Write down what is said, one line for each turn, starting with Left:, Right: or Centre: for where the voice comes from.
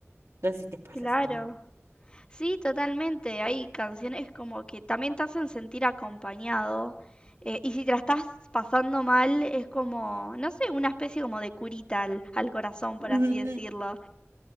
Right: No sé si te pasa
Left: Claro.
Right: eso también.
Left: Sí, totalmente. Hay canciones como que también te hacen sentir acompañado. eh, y si te la estás pasando mal, es como, no sé, una especie como de curita al, al corazón,
Right: Ujú.
Left: por así decirlo.